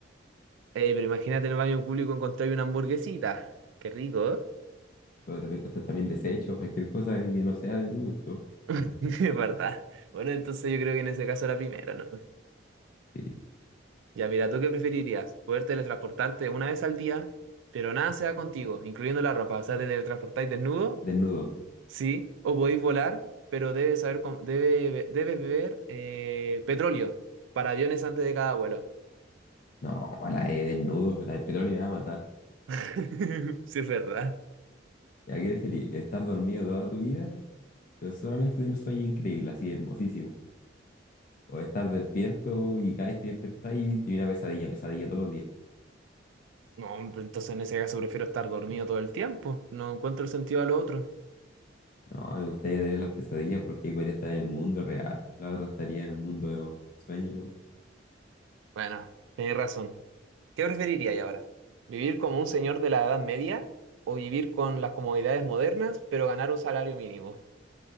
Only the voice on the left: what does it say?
O te puede costar también desechos, cualquier cosa que no sea de tu gusto.
Sí,
desnudo.
No, la de desnudo, la de petróleo me va a matar.
¿Ya qué preferís? ¿Estar dormido toda tu vida, pero solamente tener sueño increíble, así hermosísimo? O estar despierto y cada vez que despertáis tiene una pesadilla, pesadilla todos los días.
No, me gustaría tener las pesadillas porque ahí podría estar en el mundo real. La otra estaría en el mundo de sueños, ¿no?